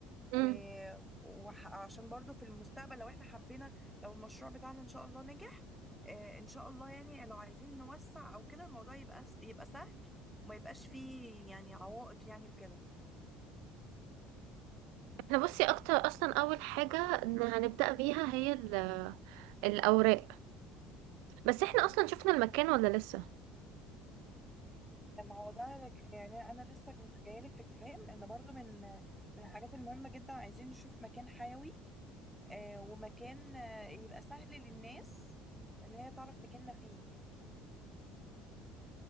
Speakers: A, in the centre; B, on the right.
A: و...
B: امم
A: وعشان برضو في المستقبل لو احنا حبينا لو المشروع بتاعنا ان شاء الله نجح آه، ان شاء الله يعني لو عايزين نوسع او كده الموضوع يبقى يبقى سهل وما يبقاش فيه يعني عوائق يعني وكده
B: احنا بصي اكتر اصلا اول حاجة إن هنبدأ بيها هي ال- الاوراق بس احنا اصلا شفنا المكان ولا لسه
A: ما هو ده رج- يعني انا لسه جايلك في الكلام ان برضو من من الحاجات المهمة جدا عايزين نشوف مكان حيوي آه، ومكان آه، يبقى سهل للناس ان هي تعرف تجيلنا فيه